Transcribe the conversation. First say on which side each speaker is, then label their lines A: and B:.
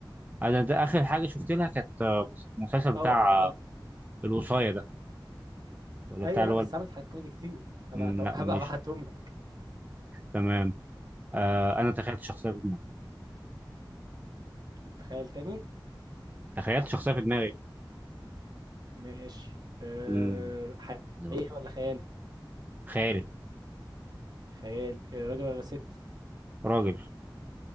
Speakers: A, on the right (about 20°); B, on the right (about 55°).
A: انا ده اخر حاجه شفت لها كانت آه، بص- المسلسل بتاع
B: اه هبقى
A: آه، الوصايه ده ولا
B: ايوه
A: بتاع اللي
B: لا
A: هو
B: بس عملت حاجات كوميدي كتير هبقى
A: مم، لا
B: هبقى
A: مش
B: ابعتهم لك
A: تمام آه انا تخيلت شخصيه في دماغي
B: تتخيل تاني
A: تخيلت شخصيه في دماغي
B: ماشي أه...
A: مم،
B: حقيقي
A: لا.
B: ولا خيالي
A: خيالي
B: خيالي أه... راجل ولا ست
A: راجل